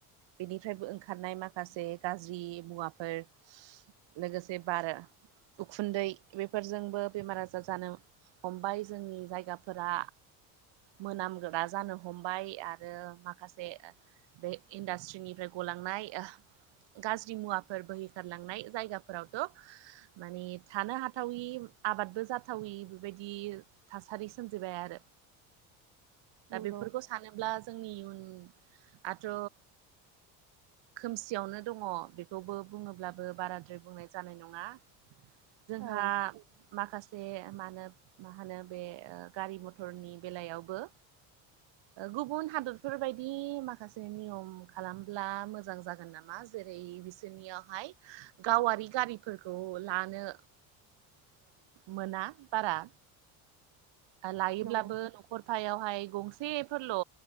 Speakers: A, on the right; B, on the right.
A: बेनिफ्रायबो ओंखारनाय माखासे गाज्रि मुवाफोर। लोगोसे बार उखुन्दै बेफोरजोंबो बेमार आजार जानो। हमबाय जोंनि जायगाफोरा। मोनामगोरा जानो हमबाय आरो माखासे ओ। बे इन्डास्ट्रिनिफ्राय गलांनाय। गाज्रि मुवाफोर बोहैखारलांनाय जायगाफोरावथ'। माने थानो हाथावि आबादबो जाथावि। बेबायदि थासारि सोमजिबाय आरो दा
B: नंगौ
A: बेफोरखौ सानोब्ला जोंनि इयुनआथ' खोमसियावनो दङ बेखौबो बुङोब्लाबो बाराद्राय बुंनाय जानाय नङा। जोंहा
B: औ
A: माखासे मानो मा होनो बे गारि मथरनि बेलायावबो गुबुन हादरफोरबायदि माखासे नियम खालामब्ला मोजां जागोन नामा? जेरै जोंनियावहाय गावारि गारिफोरखौ लानो मोना बारा लायोब्लाबो
B: नंगौ
A: न'खर फायावहाय गंसेफोरल'